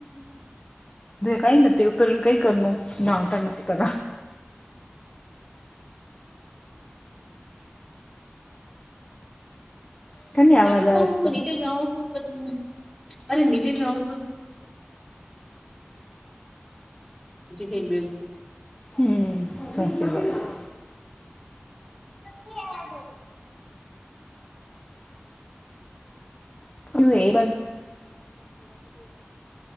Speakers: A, on the left; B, in the centre.
A: કઈ નથી ઉતરણ કઈ કરનું ના ઉતરણ નથી કર. કની
B: હાચું
A: અવાજ
B: કઉ
A: આવે છે
B: છું
A: તમે
B: નીચે જાઉં છું પણ અરે નીચે જાઉં છું. <unintelligible>
A: હમ્મ હમ્મ સાચી વાત.
B: <unintelligible>
A: <unintelligible> ચાલ